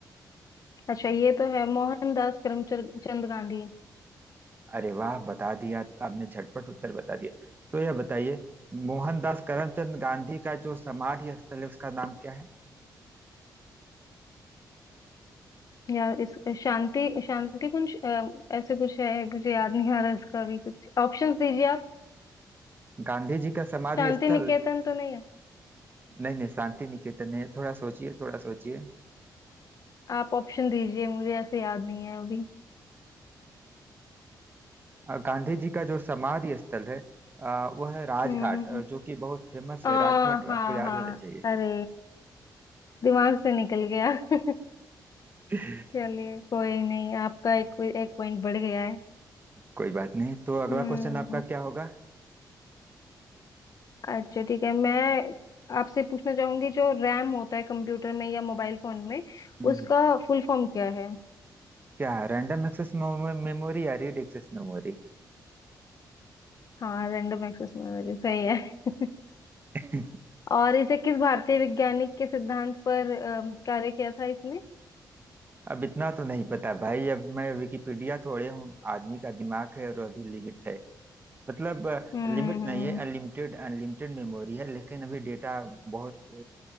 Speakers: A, on the left; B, on the right.
A: अच्छा ये तो है मोहनदास करमचंद चंद गांधी
B: अरे वाह बता दिया आपने झटपट उत्तर बता दिया तो यह बताइए मोहनदास करमचंद गांधी का जो समाधि स्थल है उसका नाम क्या है
A: या इस शांति शांति कुंज अ, ऐसे कुछ है मुझे याद नहीं आ रहा इसका भी कुछ ऑप्शन दीजिए आप
B: गांधी जी का समाधि
A: शांति
B: स्थल
A: निकेतन तो नहीं है
B: नहीं नहीं शांति निकेतन है थोड़ा सोचिए थोड़ा सोचिए
A: आप ऑप्शन दीजिए मुझे ऐसे याद नहीं है अभी
B: अ, गांधी जी का जो समाधि स्थल है अ, वो है राजघाट
A: हम्म हम्म
B: अ, जो कि बहुत फेमस
A: आ,
B: है राजघाट
A: हाँ
B: आपको याद
A: हाँ
B: होना चाहिए
A: अरे दिमाग से निकल गया <laughs>
B: <laughs>
A: चलिए कोई नहीं आपका एक एक पॉइंट बढ़ गया है
B: कोई बात नहीं तो अगला
A: हम्म
B: क्वेश्चन आपका क्या होगा
A: अच्छा ठीक है मैं आपसे पूछना चाहूंगी जो रैम होता है कंप्यूटर में या मोबाइल फोन में
B: हम्म,
A: उसका फुल फॉर्म क्या है
B: क्या रैंडम एक्सेस मेमोरी या रीड एक्सेस मेमोरी
A: हाँ रैंडम एक्सेस मेमोरी सही है <laughs>
B: <laughs>
A: और इसे किस भारतीय वैज्ञानिक के सिद्धांत पर अम, कार्य किया था इसने
B: अब इतना तो नहीं पता भाई अब मैं विकिपीडिया थोड़े हूँ आदमी का दिमाग है और अभी लिमिट है मतलब
A: हम्म
B: लिमिट
A: हम्म
B: नहीं
A: हम्म,
B: है अनलिमिटेड अनलिमिटेड मेमोरी है लेकिन अभी डेटा बहुत अ,